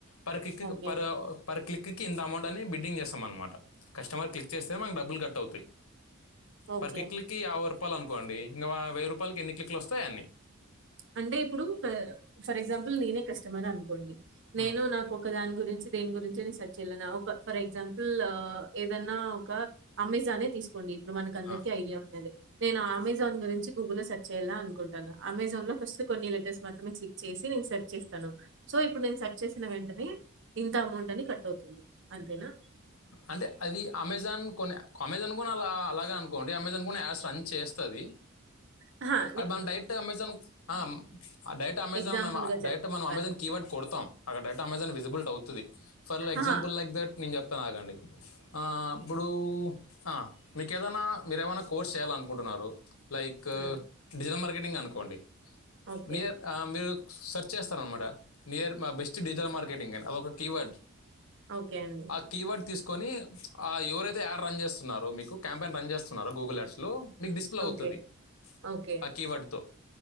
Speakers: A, on the left; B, on the right.
A: పర్ క్లిక్
B: ఓకే
A: కు పరో పర్ క్లిక్ కిక్కి ఇంత అమౌంట్ అని బిడ్డింగ్ చేస్తామ అన్నమాట కస్టమర్ క్లిక్ చేస్తే మానకు డబ్బులు కట్ అవుతాయి
B: ఓకే
A: పర్ కిక్లకి యాభై రూపాయలు అనుకోండి ఇంకా వెయ్యి రూపాయలకి ఎన్ని కిలిక్లు వస్తే అన్నీ
B: అంటే ఇప్పుడు ఫర్ ఎగ్జాంపుల్ నేనే కస్టమర్ అనుకోండి నేను
A: మ్మ్.
B: నాకు ఒక దాని గురించి దేని గురించి చెల్లినా ఒక ఫర్ ఎగ్జాంపుల్ ఏదన్నా ఒక అమెజానే తీసుకోండి ఇప్పుడు మనకందరికి
A: ఆ.
B: ఐడియా ఉన్నది నేను అమెజాన్ గురించి గూగుల్లో లో సెర్చ్ చేయాల అనుకుంటాన అమెజాన్ లో ఫస్ట్ కొన్ని లెటర్ మాత్రే క్లిక్ చేసి నేను సర్చ్ చేస్తాను సో ఇప్పుడు సర్చ్ చెస్ టిన వెంటనే ఇంత అమౌంట్ అని కట్ అవుతుంది అంతేనా
A: అంటే అది అమెజాన్ కొన్ని అమెజాన్ కూడా అలా అలాగే అనుకోండి అమెజాన్ కూడా యాడ్స్ రన్ చేస్ తది
B: అహ
A: అద్ మనం డైట్ అమెజాన్ ఆ మ్ డైట్ అమెజాన్
B: ఎగ్జాంపుల్‌గా
A: మనము డైట్
B: చెప్పాను.
A: మనం అమెజాన్ కి వర్డ్ కొడ్తామ్ అక్క డేట అమెజాన్ విజిల్ట్ అవుతుంది ఫర్ ఎక్సమ్ప్లె
B: అహా!
A: లైక్ దట్ నే చెప్ ఆగండి ఆ ఇప్పుడు ఆ మీకేదైనా మీరేమైనా కోర్స్ చేయాలనుకుంటున్నారు లైక్
B: హ్మ్.
A: డిజిటల్ మార్కెటింగ్ అనుకోండి
B: ఓకే.
A: నియర్ మీరు సెర్చ్ చేస్తారనమాట నియర్ మా బెస్ట్ డిజిటల్ మార్కెటింగ్ అని అదొక కీవర్డ్
B: ఓకే అండి
A: ఆ కీవర్డ్ తీసుకొని ఎవరైతే యాడ్ రన్ చేస్తున్నారో మీకు క్యాంపెయిన్ రన్ చేస్తున్నారో గూగుల్ యాడ్స్ లో మిక్ డిస్ప్లే అవుతది
B: ఓకే. ఓకే.
A: ఆ కీవర్డ్ తో